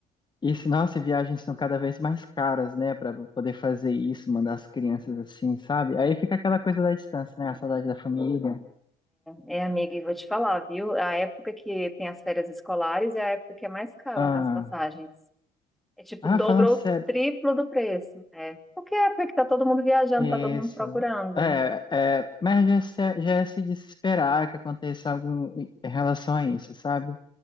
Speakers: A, on the left; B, in the centre.
A: E se, nossa, e viagens estão cada vez mais caras, né, para poder fazer isso, mandar as crianças assim, sabe? Aí fica aquela coisa da distância, né, a saudade da família.
B: É, é, amiga, e vou te falar, viu? A época que tem as férias escolares é a época que é mais cara
A: Ah,
B: as passagens. É tipo
A: ah,
B: dobro
A: fala sério,
B: ou triplo do preço. É. Porque é porque tá todo mundo viajando,
A: isso.
B: tá todo mundo procurando.
A: É, é, mas já, se- já é se desesperar que aconteça algo em relação a isso, sabe?